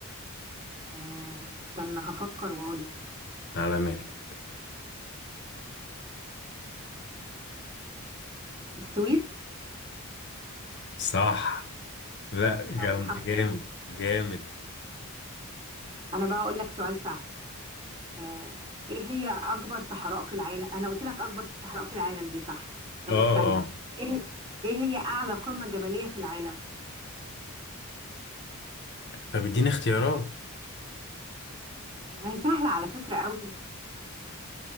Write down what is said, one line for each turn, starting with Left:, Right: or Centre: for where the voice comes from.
Right: آه، استنى هفكر واقول لك
Left: على مهلك
Right: السويد
Left: صح لا
Right: طب
Left: جامد
Right: الحمد
Left: جامد
Right: لله
Left: جامد
Right: انا بقى اقول لك سؤال سهل آه، ايه هي اكبر صحراء في العالم انا قلت لك اكبر صحراء في العالم دي صح طب
Left: اه
Right: استنى
Left: اه
Right: ايه ايه هي اعلى قمة جبلية في العالم
Left: طب اديني اختيارات
Right: آه، ما هي سهلة على فكرة قوي